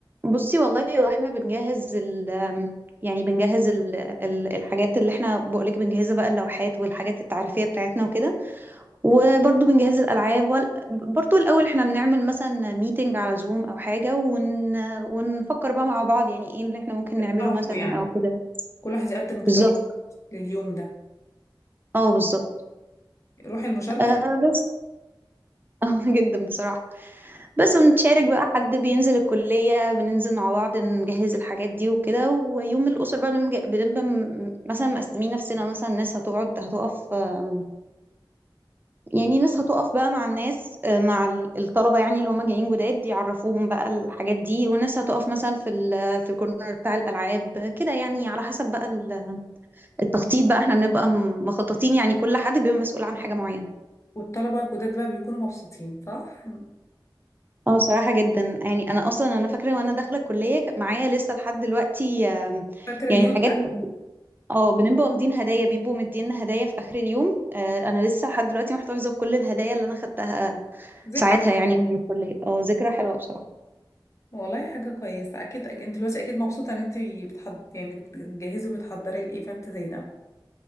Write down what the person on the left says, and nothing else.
اقترحوا
يعني
كل واحد يقدم اقتراح
لليوم ده
روح المشاركة
حلوة
والطلبة الجداد بقى بيكونوا مبسوطين صح
فاكرة
اليوم
ده؟ ذكرى
والله حاجة كويسة أكيد أك- أنت دلوقتي أكيد مبسوطة إن أنت بتحض يعني بتجهزي وبتحضري الإيفنت زي ده